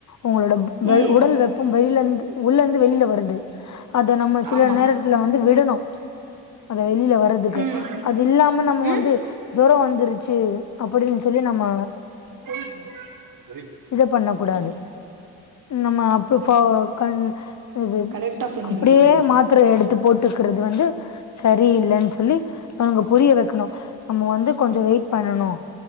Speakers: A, on the left (about 45°); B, on the right (about 55°).
A: உங்களோட வெல்
B: ம்
A: உடல் வெப்பம் வெளிலந்து உள்ளந்து வெளில வருது அத நம்ம சில
B: ஆமா
A: நேர த்துல வந்து விடணு அத வெளில வ ரதுக்கு
B: ம்
A: அது இல்லாம நம்ம
B: ம்
A: வந்து ஜொரோ வந்துருச்சு அப்படின்னு சொல்லி நம்ம
B: <inaudible>
A: இத பண்ண
B: ஓகே
A: கூடாது நம்ம அப்ப ஃபா கண் இது
B: கரெக்டா சொன்னீங்க
A: அப்படியே
B: தோழி
A: மாத்தரைய எடுத்து போட் ட்டுக்கிறது வந்து சரி இல்லன்னு சொல்லி அவுங்க புரிய வெக்கணு நம்ம வந்து கொஞ்ச வெயிட் பண்ணணு